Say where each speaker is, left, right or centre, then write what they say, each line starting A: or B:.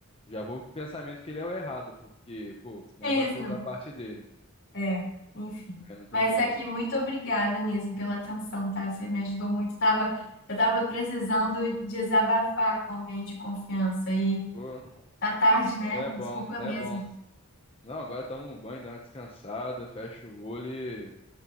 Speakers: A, on the left (about 25°); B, on the left (about 60°).
A: Já vou com o pensamento que ele é o errado, porque, pô, uma
B: <laughs> Fiz,
A: vacilo
B: né?
A: da parte dele.
B: É, enfim.
A: né? não tem
B: Mas
A: jeito.
B: aqui, muito obrigada mesmo pela atenção, tá? Você me ajudou muito. Tava, eu tava precisando desabafar com alguém de confiança e
A: Pô,
B: tá tarde, né?
A: é
B: Desculpa
A: bom, é
B: mesmo.
A: bom. Não, agora toma um banho, dá uma descansada, fecha o olho e...